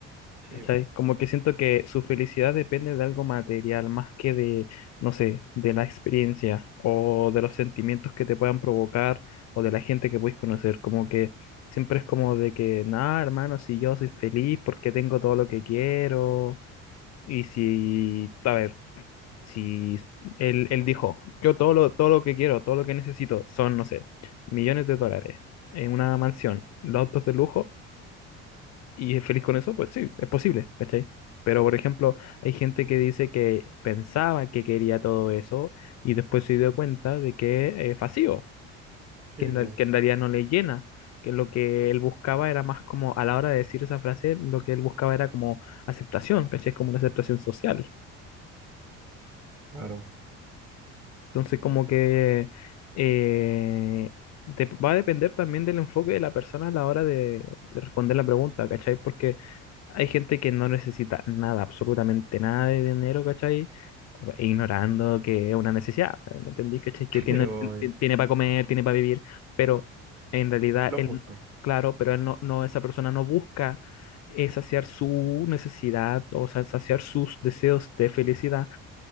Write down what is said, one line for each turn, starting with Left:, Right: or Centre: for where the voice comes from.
Right: Sí,
Left: ¿Cachai?
Right: bo,
Left: Como que siento que su felicidad depende de algo material más que de, no sé, de la experiencia o de los sentimientos que te puedan provocar o de la gente que puedes conocer. Como que siempre es como de que, nada, hermano, si yo soy feliz porque tengo todo lo que quiero y si, a ver, si él, él dijo, yo todo lo, todo lo que quiero, todo lo que necesito son, no sé, millones de dólares en una mansión, los autos de lujo y es feliz con eso, pues sí, es posible, ¿cachai? Pero, por ejemplo, hay gente que dice que pensaba que quería todo eso y después se dio cuenta de que es vacío,
Right: Sí,
Left: que en,
Right: pues,
Left: real- que en realidad no le llena, que lo que él buscaba era más como, a la hora de decir esa frase, lo que él buscaba era como aceptación, ¿cachai? Es como una aceptación social.
Right: claro.
Left: Entonces, como que eh, de- va a depender también del enfoque de la persona a la hora de, de responder la pregunta, ¿cachai? Porque hay gente que no necesita nada, absolutamente nada de dinero, ¿cachai? O- Ignorando que es una necesidad, ¿me entendí? ¿Cachai? Que
Right: <laughs>
Left: tiene,
Right: sí, bo, obvio.
Left: ti- tiene para comer, tiene para vivir, pero en realidad
Right: Lo
Left: él,
Right: justo.
Left: claro, pero él no, no, esa persona no busca eh, saciar su necesidad o sea, saciar sus deseos de felicidad